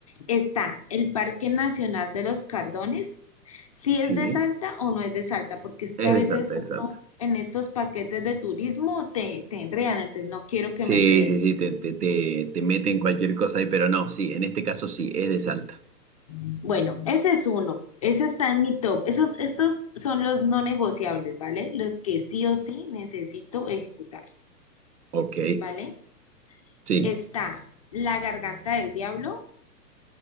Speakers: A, on the left; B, on the right.
A: Está el Parque Nacional de los Cardones. Si
B: Sí,
A: es de Salta o no es de Salta, porque es
B: es
A: que a
B: de
A: veces
B: Salta, es de Salta.
A: en estos paquetes de turismo te, te enredan, entonces no quiero
B: Sí,
A: que me enreden.
B: sí, sí, te, te, te, te meten cualquier cosa ahí, pero no, sí, en este caso sí, es de Salta.
A: Bueno, ese es uno, ese está en mi top. Esos, estos son los no negociables, ¿vale? Los que sí o sí necesito ejecutar,
B: Ok,
A: ¿vale?
B: sí,
A: Está la garganta del diablo,